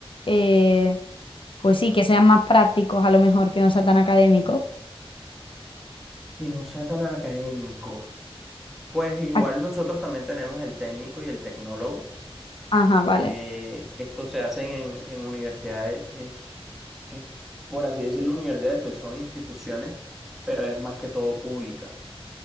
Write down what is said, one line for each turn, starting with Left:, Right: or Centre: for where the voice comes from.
Left: eh, pues sí, que sean más prácticos a lo mejor, que no sea tan académico?
Centre: Y no sea tan académico. Pues igual
Left: Ah,
Centre: nosotros también tenemos el técnico y el tecnólogo.
Left: Ajá, vale.
Centre: Eh, estos se hacen en, en universidades, es, es, por así decirlo, universidades, pues son instituciones, pero es más que todo pública,